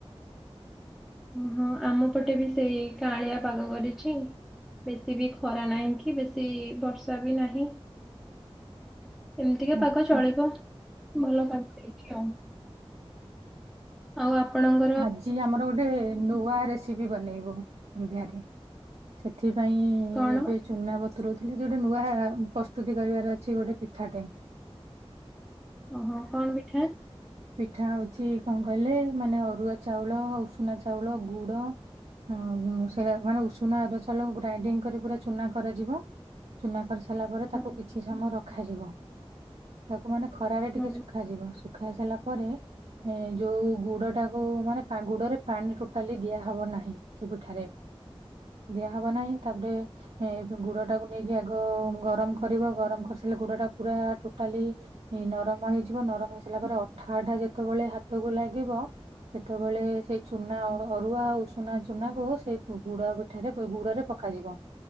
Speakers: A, in the centre; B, on the right.
A: ଓହଁ ଆମ ପଟେ ବି ସେଇ କାଆଁଳିଆ ପାଗ କରିଛି। ବେଶୀ ବି ଖରା ନାହିଁ କି ବେଶୀ ବର୍ଷା ବି ନାହିଁ। ଏମିତିକା
B: ଆଚ୍ଛା
A: ପାଗ ଚଳିବ ଭଲ ପାଗ ହେଇଛି ଆଉ। ଆଉ ଆପଣଙ୍କ
B: ଆଜି ଆମର ଗୋଟେ ନୂଆ ରେସ ଇବି ବନେଇବୁ ସନ୍ଧ୍ୟାରେ ସେଥିପାଇଁ
A: କଣ
B: ଏବେ ଚୁନା ବତୁରୋଉଥିଲି ଯୋଉଟେ ନୂଆ ପ୍ରସ୍ତୁତି କରିବାର ଅଛି ଗୋଟେ ପିଠାଟେ।
A: ଓହୋ କଣ ମିିଠା?
B: ପିଠା ହଉଛି କଣ କହିଲେ ମାନେ ଅରୁଆ ଚାଉଳ ଉଷୁନା ଚାଉଳ ଗୁଡ ହୁଁ ଗୁଁ ସେଇଟା ମାନେ ଉଷୁନା ଆରୁଆ ଚାଉଲ ଗୁଡା ଗ୍ରାଇଡିଙ୍ଗ କରି ପୁରା ଚୁନା କରାଯିବ ଚୁନା କରି ସାରିଲା ପରେ
A: ହଁ
B: ତାକୁ କିଛି ସମୟ ରଖାଯିବ ତାକୁ ମାନେ ଖରାରେ ଟିକେ
A: ହଁ
B: ଶୁଖା ଶୁଖାଯିବ ଶୁଖାସରିଲା ପରେ ଏ ଯୋଉ ଗୁଡ ଟାକୁ ମାନେ ପା ଗୁଡରେ ପାଣି ଟୋଟାଲି ଦିଆହବ ନାହିଁ ସେ ପିଠାରେ ଦିଆ ହବ ନାହିଁ ତାପରେ ଏ ଗୁଡ଼ ଟାକୁ ନେଇକି ଆଗ ଗରମ କରିବ ଗରମ କରିସାରିଲେ ଗୁଡ଼ଟା ପୁରା ଟୋଟାଲି ଇ ନରମ ହେଇଯିବ ନରମ ହେଇସାରିଲା ପରେ ଅଠା ଅଠା ଯେତେବେଳେ ହାତକୁ ଲାଗିବ ସେତେବେଳେ ସେଇ ଚୁନା ଅ-ଅରୁଆ ଆଉ ଉଷୁନା ଚୁନା କୁ ସେ ଗୁ-ଗୁଡ଼ ଭି ଏଠାରେ ପ ଗୁଡ଼ ରେ ପକାଯିବ।